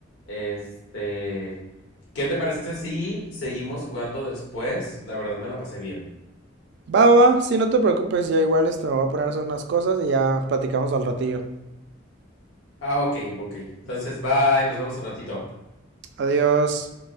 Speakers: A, on the left; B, on the right.
A: este. ¿Qué te parece si seguimos jugando después? La verdad me la pasé bien.
B: Va, va, si sí, no te preocupes, yo igual esto me voy a poner a hacer unas cosas y ya platicamos al ratillo.
A: Ah, ok, ok. Entonces, bye, nos vemos al ratito.
B: Adiós.